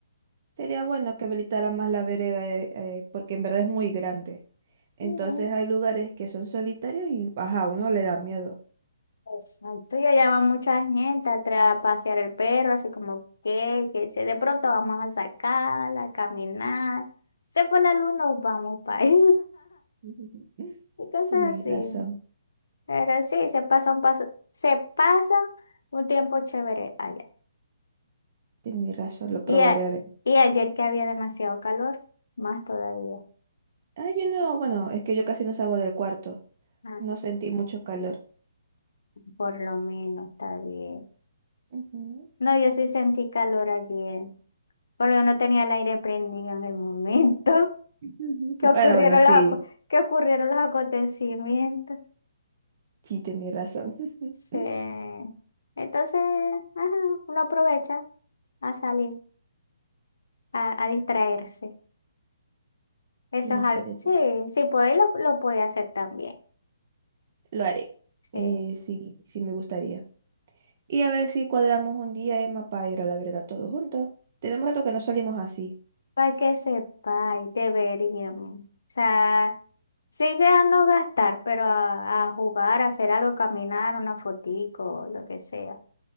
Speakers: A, on the right; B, on the left.
A: Sería bueno que habilitaran más la vereda, eh, eh, porque en verdad es muy grande. Entonces
B: Mm,
A: hay lugares que son solitarios y, ajá, a uno le da miedo.
B: Exacto, ya llama mucha gente a tra- a pasear el perro, así como que, que si de pronto vamos a sacarla, a caminar, se fue la luz, nos vamos para ahí,
A: <laughs>
B: <laughs> y cosas
A: Tenéis
B: así.
A: razón,
B: Pero sí, se pasa un paso, se pasa un tiempo chévere allá.
A: tenéis razón, lo
B: Y,
A: probaré
B: a-
A: a ver.
B: y ayer que había demasiado calor, más todavía.
A: Ah, yo no, bueno, es que yo casi no salgo del cuarto.
B: Ah,
A: No sentí mucho calor.
B: por lo menos está bien.
A: Ujú.
B: No, yo sí sentí calor ayer, porque yo no tenía el aire prendido en el momento <laughs>
A: <laughs>
B: que ocurrieron
A: Bueno, bueno, sí,
B: los, aco- que ocurrieron los acontecimientos.
A: sí, tenéis razón. <laughs>
B: Sí. Entonces, ajá, uno aprovecha a salir, a, a distraerse. Eso
A: Sí,
B: es algo.
A: puede
B: Sí,
A: ser.
B: sí, podéis, lo, lo podéis hacer también.
A: Lo haré.
B: Sí,
A: Eh, sí, sí me gustaría. Y a ver si cuadramos un día, Emma, para ir a la verdad todos juntos. Tenemos rato que no salimos así.
B: para que sepáis, deberíamos. O sea, sí sea no gastar, pero a, a jugar, a hacer algo, caminar, una fotico, lo que sea.